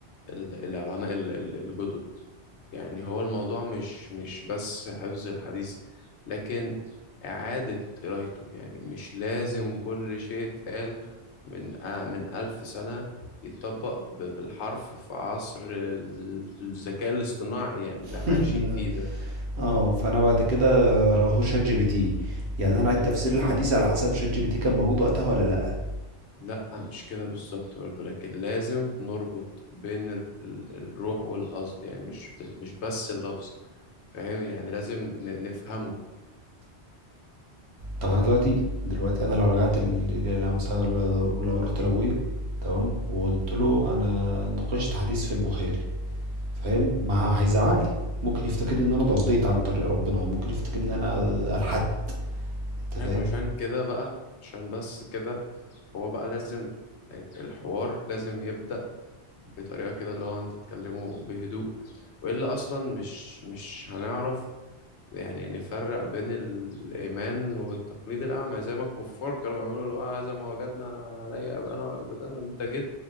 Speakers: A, on the left; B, on the right.
A: ال- العلماء ال- ال- الجدد يعني هو الموضوع مش مش بس حفظ الحديث لكن إعادة قرايته يعني مش لازم كل شيء اتقال من آه من ألف سنة يتطبق ب- بالحرف في عصر ال- الذكاء الاصطناعي يعني
B: <laughs>
A: اللي احنا عايشين فيه
B: آه، فأنا بعد كده رماهُ ChatGPT، يعني أنا عيد
A: ده
B: تفسير الحديث على حسب ChatGPT كان موجود وقتها والّا لأ.
A: لا مش كده بالظبط برضه لكن لازم نربط بين ال- ال- الروح والقصد يعني مش بس- مش بس اللفظ فاهم يعني لازم ن- نفهمه
B: طب انا دلوقتي دلوقتي انا لو رجعت ل- ل- ل- مثلا لو لو رحت لابويا تمام وقلت له انا ناقشت حديث في البخاري فاهم ما هيزعق لي ممكن يفتكرني ان انا ضليت
A: مم.
B: عن طريق ربنا ممكن يفتكرني ان انا الحدت
A: آه،
B: انت
A: عارف
B: فاهم
A: عشان كده بقى عشان بس كده هو بقى لازم الحوار لازم يبدأ بطريقة كده اللي هو انت تكلمه بهدوء وإلا أصلا مش مش هنعرف يعني نفرق بين الإيمان والتقليد الأعمى زي ما الكفار كانوا بيعملوا اللي هو هذا ما وجدنا عليه أباءنا وأجدادنا إن أنت جيت